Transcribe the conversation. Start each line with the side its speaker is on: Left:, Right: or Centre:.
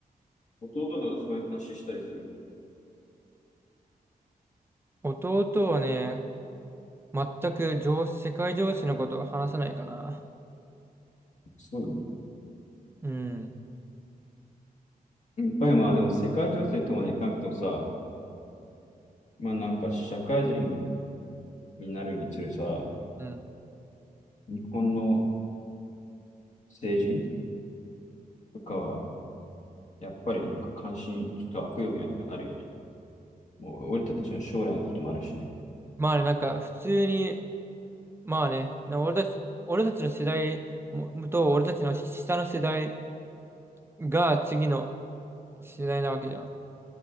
Left: そう弟とそういう話したりする。
Right: 弟はね、全く情、世界情勢のことを話さないかな。
Left: そうだね。
Right: うん。
Left: やっぱりまあでも世界情勢とまでいかなくてもさ、まあなんか社会人になるにつれさ、
Right: うん。
Left: 日本の政治とかは、やっぱりなんか関心、ちょっと悪用にはなるよね。もう俺たちの将来のこともあるしね。
Right: まあね、なんか普通にまあね、な俺たち、俺たちの世代もと、俺たちの下の世代が次の世代なわけじゃん。